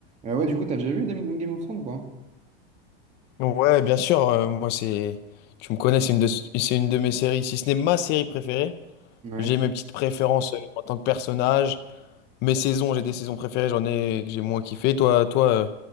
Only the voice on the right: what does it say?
Euh, ouais, du coup, t'as déjà vu Dame- Game of Thrones ou pas?
Ouais.